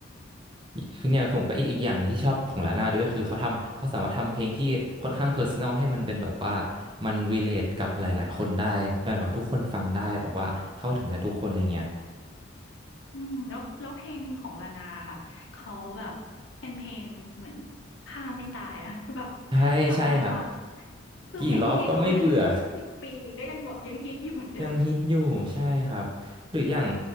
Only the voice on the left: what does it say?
อืมแล้วแล้วเพลงของลานาอะค่ะเขาแบบเป็นเพลงเหมือนฆ่าไม่ตายอะคือแบบ
กลับมาฟังคือเพลงที่เขาฮิตสิบปีก็ยังแบบยังฮิตอยู่เหมือนเดิม